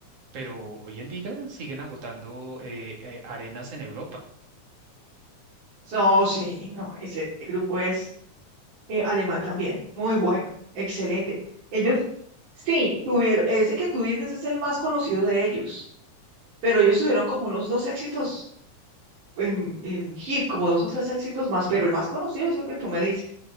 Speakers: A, on the right; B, on the right.
A: pero hoy en día siguen agotando eh, eh, arenas en Europa.
B: No, sí, no, ese grupo es eh, alemán también, muy bueno, excelente. Ellos, sí, tuvieron, ese que tú dices es el más conocido de ellos, pero ellos tuvieron como unos dos éxitos en, en hit, como dos o tres éxitos más, pero el más conocido es el que tú me dices,